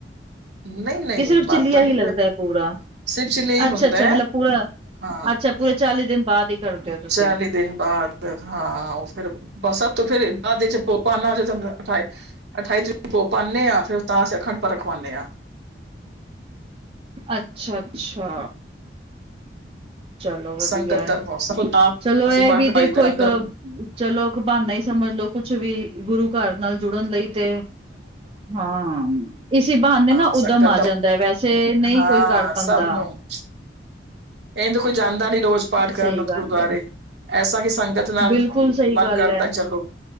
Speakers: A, on the right; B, on the right.
A: ਨਹੀਂ ਨਹੀਂ
B: ਕੀ ਸਿਰਫ
A: ਮਾਦਾ
B: ਚਿੱੱਲੀਆ
A: ਨੀ
B: ਹੀ ਲੱਗਦੈ ਪੂਰਾ?
A: ਸਿਰਫ ਚਲੇ ਹੀ
B: ਅੱਛਾ
A: ਹੁੰਦਾ
B: ਅੱਛਾ,
A: ਹੈ
B: ਮਤਲਬ ਪੂਰਾ
A: ਹਾਂ
B: ਅੱਛਾ, ਪੂਰੇ ਚਾਲੀ ਦਿਨ ਬਾਦ ਈ ਕਰਦੇ ਓ ਤੁਸੀ।
A: ਚਾਲੀ ਦਿਨ ਬਾਦ ਹਾਂ ਓਹ ਫਿਰ ਬਸਾ ਤੋਂ ਫਿਰ ਬਾਦ ਇਚ ਭੋਪ ਪਾਣ ਆ ਜੀ ਦੈ ਹੁੰਦੈ ਅਠਾਏ ਅਠਾਈ ਤਰੀ ਪੋ ਪਾਣੇ ਆਂ ਫਿਰ ਤਾਂ ਅਸੀਂ ਅਖੰਡ ਪਾਠ ਰਖਵਾਣੇ ਆਂ।
B: ਅੱਛਾ, ਅੱਛਾ। ਚਲੋ ਵਧੀਐ।
A: ਸੰਗਤ ਤਰਫੋਂ ਤਾਂ
B: ਚਲੋ
A: ਅਸੀਂ
B: ਐਹ
A: ਪਾਠ
B: ਵੀ
A: ਰਖਾਈ
B: ਦੇਖੋ
A: ਦਾ
B: ਇੱਕ
A: ਲੰਗਰ
B: ਚਲੋ ਇੱਕ ਬਾਨਾ ਈ ਸਮਝ ਲੋ, ਕੁੱਛ ਵੀ ਗੁਰੂ ਘਰ ਨਾਲ ਜੁੜਨ ਲਈ ਤੇ, ਹਾਂ। ਇਸੀ ਬਹਾਣੇ
A: ਹਾਂ
B: ਨਾ
A: ਸੰਗਤ
B: ਉਦਮ ਆ
A: ਦਾ
B: ਜਾਂਦੈ। ਵੈਸੇ ਨਹੀਂ
A: ਹਾਂ,
B: ਕੋਈ ਕਰ ਪਾਉਂਦਾ
A: ਸਭ ਨੂੰ। ਏੰਜ ਕੋਈ ਜਾਂਦਾ ਨੀ ਰੋਜ਼ ਪਾਠ ਕਰਨ
B: ਸਹੀ
A: ਓਥ
B: ਗੱਲ
A: ਗੁਰਦੁਆਰੇ।
B: ਹੈ,
A: ਐਸਾ ਕਿ ਸੰਗਤ ਨਾਲ
B: ਬਿਲਕੁਲ ਸਹੀ
A: ਮਨ
B: ਗੱਲ
A: ਕਰਦੈ
B: ਹੈ।
A: ਚੱਲੋ,